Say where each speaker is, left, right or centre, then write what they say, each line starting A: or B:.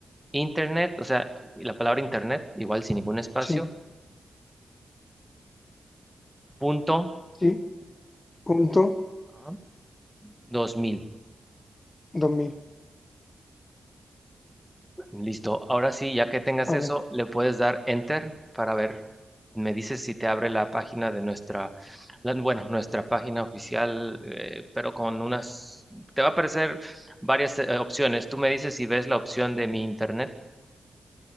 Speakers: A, in the centre; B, on the left.
A: internet, o sea, la palabra internet, igual sin ningún espacio,
B: sí,
A: punto,
B: sí, punto
A: ajá, dos mil
B: dos mil
A: Listo. Ahora sí, ya que tengas
B: vale.
A: eso, le puedes dar enter para ver. Me dices si te abre la página de nuestra, la- bueno, nuestra página oficial, eh, pero con unas, te va a aparecer varias eh, opciones. Tú me dices si ves la opción de mi internet.